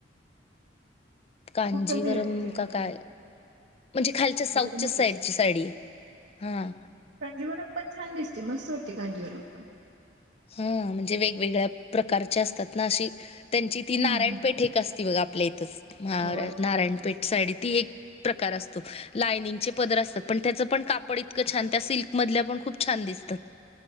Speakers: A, on the left; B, on the right.
A: कांजीवरम
B: कुठं मिळते म्हणजे
A: का काय? म्हणजे खालच्या
B: कांजीवरमच
A: साऊथच्या साईडची
B: असेल
A: साडी आहे हा.
B: होय का? कांजीवरम पण छान दिसते मस्त वाटते कांजीवरम पण.
A: हां म्हणजे वेगवेगळ्या प्रकारच्या असतात ना अशी त्यांची ती नारायण
B: हम्म हम्म
A: पेठ एक ती बघा आपल्या इथच
B: होय होय
A: नारायणपेठ
B: होय
A: साडी ती एक प्रकार असतो लायनिंग चे पदर असतात पण त्याच पण कापड इतकं छान त्या सिल्क मधल्या पण खूप छान दिसतात.